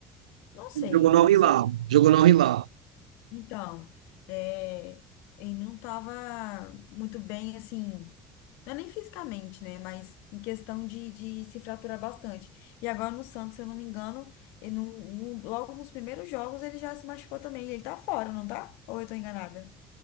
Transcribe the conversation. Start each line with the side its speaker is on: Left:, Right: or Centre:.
Left: Não sei,
Right: Ele jogou no
Left: mas
Right: Al Hilal,
Left: eu sei que
Right: jogou no Al Hilal.
Left: Então, é, ele não estava muito bem, assim, não é nem fisicamente, né? Mas em questão de, de se fraturar bastante. E agora no Santos, se eu não me engano, ele não- não- logo nos primeiros jogos ele já se machucou também. Ele tá fora, não tá? Ou eu tô enganada?